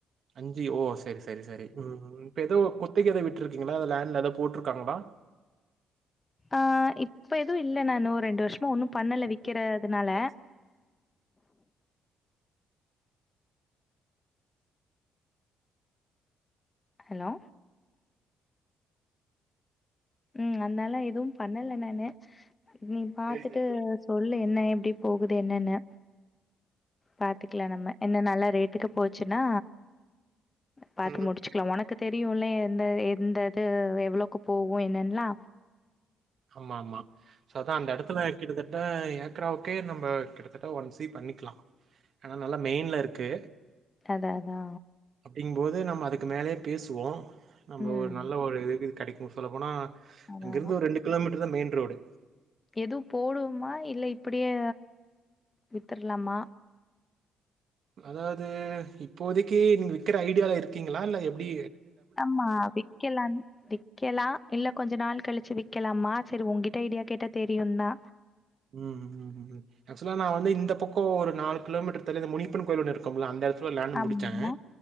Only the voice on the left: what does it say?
ஆ இப்ப எதுவு இல்ல நானு ஒ ரெண்டு வர்ஷமா ஒன்னு பண்ணல விக்கிறதுனால
ஹலோ உ அத்னால எதுவு பண்ணல நானு நீ பாத்துட்டு
சொல்லு என்ன எப்டி போகுது என்னன்னு பாத்துக்லா நம்ம என்ன நல்லா ரேட்டுக்கு போச்சுன்னா பாத்து
முடிச்சு க்லா ஒனக்கு தெரியும்ல்ல எந்த எந்த இது எவ்வளவுக்கு போகு என்னன்னலா
அதா அதா
ம்
அதா
அதா
எதுவு போடுவமா இல்ல இப்டியே வித்துரலாமா
ஆமா விக்கால விக்கலா இல்ல கொஞ்சோ நாள் கழிச்சு விக்கலாமா சரி உன்கிட்ட ஐடியா கேட்ட தெரியு தா
ஆமா